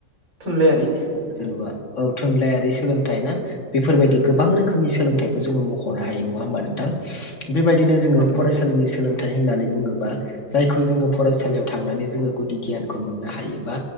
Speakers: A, on the right; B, on the left.
A: थुनलाइयारि नोंथां
B: जेनेबा औ थुनलाइारि सोलोंथाइ ना। बेफोरबायदि
A: औ
B: गोबां रोखोमनि सोलोंथाइखौ जोंङो मख'नो हायो नंङा होमबा नोंथां। बेबायदिनो जोंङो
A: औ नोंथां
B: फरायसालिनि सोलों थाय होननानै बुंङोबा जायखौ जोङो फरायसालियाव थांनानै जोंङो गुदि गियानखौ मोननो हायोबा।